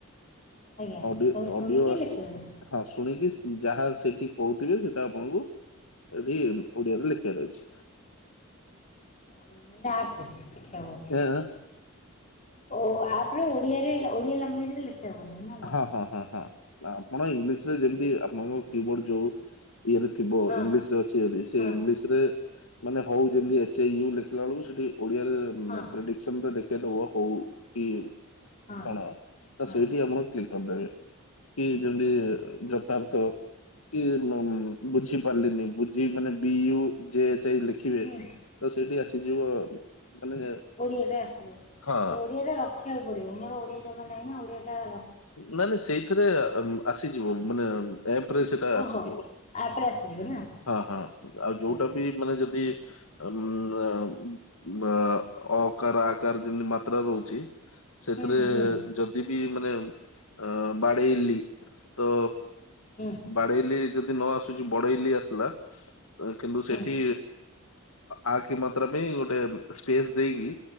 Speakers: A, on the left; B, on the left.
A: ଆଜ୍ଞା
B: ଅଡି
A: ତମେ ଶୁଣିକି
B: ଅଡିଓ ଆସ
A: ଲେଖିବ ସେଠି
B: ହଁ ଶୁଣିକି ଯାହା ସେଠି କହୁଥିବେ ସେଇଟା ଆପଣଙ୍କୁ ଏଠି ଓଡିଆରେ ଲେଖିବାର ଅଛି।
A: <inaudible>
B: ଏଁ
A: ଓ ଆପରେ ଓଡିଆରେ ଓଡିଆ ଲାଙ୍ଗୁଏଜରେ ଲେଖିବାକୁ ପଡିବ ନା କଣ?
B: ହଁ ହଁ ହଁ ହଁ ଆପଣ ଇଂଲିଶରେ ଯେମିତି ଆପଣଙ୍କର କି ବୋର୍ଡ ଯୋଉ ଇଏରେ ଥିବ
A: ହଁ
B: ଇଂଲିଶରେ ଅଛି ଯଦି ସେ
A: ହଁ
B: ଇଂଲିଶ ରେ ମାନେ ହଉ ଯେମିତି ଏଚୟୁ ଲେଖିଲା ବେଳକୁ ସେଠି ଓଡିଆରେ
A: ହଁ
B: ପ୍ରେଡିକ୍ଟ ଦେଖେଇଦବ ହଉ କି
A: ହଁ
B: କଣ ତ
A: ହଁ
B: ସେଇଠି ଆମର କରିଦେବେ କି ଯେମତି ଯଥାର୍ଥ କି ବୁଝି ପାରିଲିନି ବୁଝି ମାନେ ବି ୟୁ ଜେ ଏଚ ଲେଖିବେ
A: ହଁ।
B: ତ ସେଇଠି ଆସ ସେ ଯିବ ମାନେ
A: ଓଡ଼ିଆଟା ଆସିଯିବ
B: ହଁ
A: ତ ଓଡ଼ିଆଟା ରଖିବାକୁ ପଡିବ ମୋର ଓଡ଼ିଆ ଜମା ନାହିଁ ନା ଓଡ଼ିଆଟା
B: ନାଇ ନାଇଁ ସେଇଥିରେ ଆସିଯିବ ମାନେ ଆପରେ ସେଟା ଆସିଯିବ।
A: ଓହୋ ଆପରେ ଆସିଯିବ ନା?
B: ହଁ ହଁ ଆଉ
A: ଓକେ
B: ଯୋଉଟା
A: ଓକେ।
B: ବି ମାନେ ଯଦି ଉ ଅକାର ଆକାର ଯେମିତି ମାତ୍ରା ରହୁଛି। ସେଥିରେ
A: ହୁଁ ହୁଁ
B: ଯଦି ବି ମାନେ ଅ ବାଡେଇଲି ତ
A: ହୁଁ।
B: ବାଡେଇଲି ଯଦି ନ ଆସୁଛି ବଡେଇଲି ଆସିଲା। କିନ୍ତୁ ସେଠି
A: ହୁଁ
B: ଆ କିମତ ମାତ୍ରା ପାଇଁ ଗୋଟେ ସ୍ପେସ ଦେଇକି